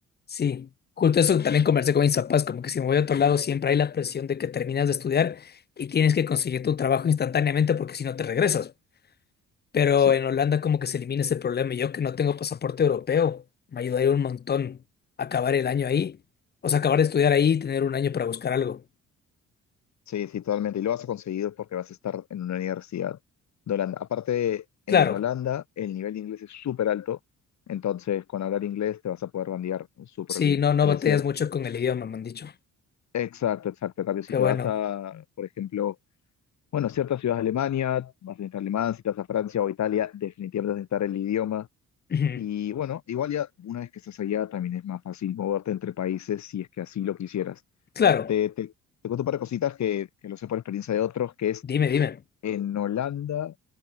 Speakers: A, on the left; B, on the left.
A: Sí. Justo eso también conversé con mis papás, como que si me voy a otro lado siempre hay la presión de que terminas de estudiar y tienes que conseguir tu trabajo instantáneamente porque si no te regresas. Pero
B: Sí,
A: en Holanda como que se elimina ese problema y yo que no tengo pasaporte europeo, me ayudaría un montón acabar el año ahí, o sea, acabar de estudiar ahí y tener un año para buscar algo.
B: sí, sí, totalmente. Y lo vas a conseguir porque vas a estar en una universidad de Holanda. Aparte, en
A: Claro,
B: Holanda el nivel de inglés es súper alto, entonces con hablar inglés te vas a poder bandear súper
A: sí,
B: bien.
A: no, no
B: Es
A: batallas
B: decir,
A: mucho con el idioma, me han dicho.
B: exacto, exacto. En cambio, si
A: Qué
B: te
A: bueno.
B: vas a, por ejemplo, bueno, ciertas ciudades de Alemania, vas a necesitar alemán, si te vas a Francia o Italia, definitivamente vas a necesitar el idioma.
A: Ujú.
B: Y bueno, igual ya una vez que estás allá también es más fácil moverte entre países si es que así lo quisieras.
A: Claro,
B: Te, te, te cuento un par de cositas que, que lo sé por experiencia de otros, que es
A: dime, dime.
B: en Holanda,